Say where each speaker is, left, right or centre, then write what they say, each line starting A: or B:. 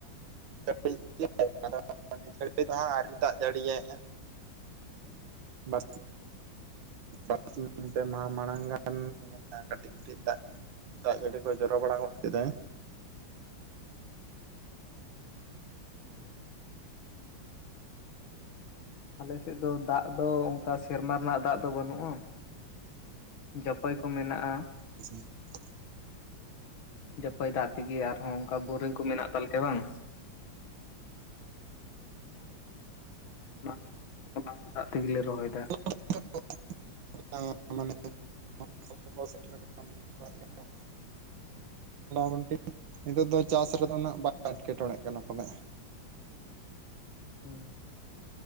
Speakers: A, on the right; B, on the left.
A: <inaudible> ᱱᱤᱛ ᱜᱷᱟᱹᱲᱤᱡ ᱫᱚ ᱦᱟᱸᱜ ᱟᱣᱨᱤ ᱫᱟᱜ ᱡᱟᱹᱲᱤᱭᱟᱭ ᱦᱟᱸᱜ᱾ ᱵᱟᱨ <inaudible> <inaudible> ᱯᱮ ᱢᱟᱦᱟ ᱢᱟᱲᱟᱝ ᱜᱟᱱ ᱠᱟᱹᱴᱤᱡ ᱠᱟᱹᱴᱤᱡ ᱫᱟᱜ, ᱫᱟᱜ ᱡᱟᱹᱲᱤ ᱠᱚᱭ ᱡᱚᱨᱚ ᱵᱟᱲᱟ ᱜᱚᱫ ᱠᱮᱫᱟᱭ
B: ᱟᱞᱮᱥᱮᱫ ᱫᱚ ᱫᱟᱜ ᱫᱚ ᱚᱱᱠᱟ ᱥᱮᱨᱢᱟ ᱨᱮᱱᱟᱜ ᱫᱟᱜ ᱫᱚ ᱵᱟᱹᱱᱩᱜᱼᱟ ᱡᱟᱹᱯᱟᱹᱭ ᱠᱚ ᱢᱮᱱᱟᱜᱼᱟ
A: <unintelligible>
B: ᱡᱟᱹᱯᱟᱹᱭ ᱫᱟᱜ ᱛᱮᱜᱮ ᱟᱨᱦᱚᱸ ᱚᱱᱠᱟ ᱵᱳᱨᱤᱝ ᱠᱚ ᱢᱮᱱᱟᱜ ᱛᱟᱞᱮᱭᱟ ᱵᱟᱝ <inaudible> ᱚᱱᱟ ᱚᱱᱟ ᱫᱟᱜ ᱛᱮᱜᱮᱞᱮ ᱨᱚᱦᱚᱭᱮᱫᱟ
A: <inaudible> <inaudible> ᱱᱤᱛᱚᱜ ᱫᱚ ᱪᱟᱥ ᱨᱮᱫᱚ ᱩᱱᱟᱹᱜ ᱵᱟᱭ ᱮᱴᱠᱮᱴᱚᱬᱮᱜ ᱠᱟᱱᱟ ᱯᱟᱞᱮ
B: ᱦᱩᱸ